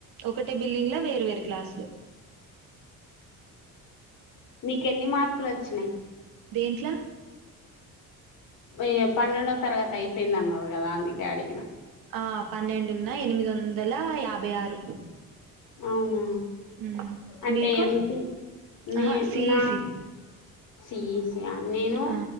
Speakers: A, on the right (about 70°); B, on the left (about 65°).
A: ఒకటే బిల్డింగ్ల వేరు వేరు క్లాసులు
B: మీక ఎన్ని మార్కులు వచ్చినాయి్
A: ఏంట్లా
B: య పన్నెండో తరగతి అయిపోయింది అన్నారు కదా అందుకే అడిగిన
A: ఆ పన్నెండున్న ఎనిమిది వందల యాభై ఆరు
B: అవునా
A: మ్మ్
B: అంటే
A: మీకు
B: ఎంపీ మ
A: ఆహా సిఈసి
B: నా సిఈసి నేను
A: ఆ